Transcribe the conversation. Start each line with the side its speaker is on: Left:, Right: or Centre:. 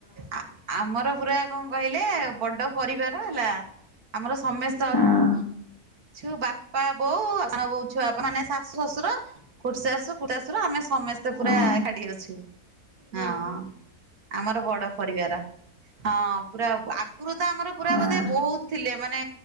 Right: ଆ ଆମର ପୁରା। କଣ କହିଲେ ବଡ ପରିବାର ହେଲା ଆମର ସମେସ୍ତେ
Left: ହଁ
Right: ଅ ଛୁ ବାପା ବୋଉ ସାନ ବୋଉ ଆଉ ସାନବୋଉ ଛୁଆ ପା ମାନେ ଶାଶୁ ଶଶୁର। ଖୁଡିଶାଶୁ ଖୁଡିତାଶୁର ଆମେ ସମେ ସ୍ତେ ପୁରା
Left: ହଁ
Right: ଏକାଠି ଅଛୁ ହଁ ହଁ ଆମର ବଡ ପରିବାର। ହଁ ପୁରା ଆଗୁରୁ ତ ଆମର ପୁରା
Left: ହଁ
Right: ବୋଧେ ବହୁତ୍ ଥିଲେ ମାନେ